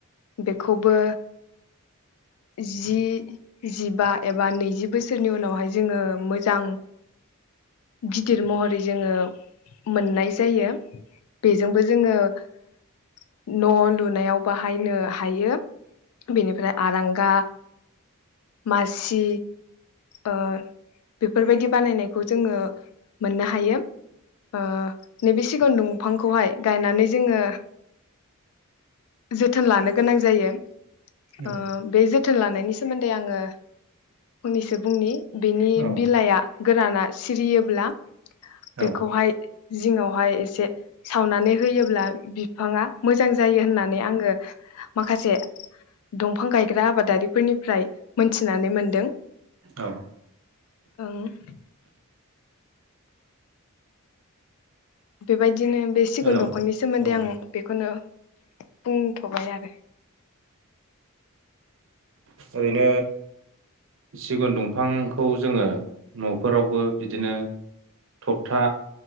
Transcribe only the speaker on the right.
औ
औ
औ
औ
हेलौ
औ
ओरैनो सिगुन दंफांखौ जोङो न‌ फोरावबो बिदिनो थबथा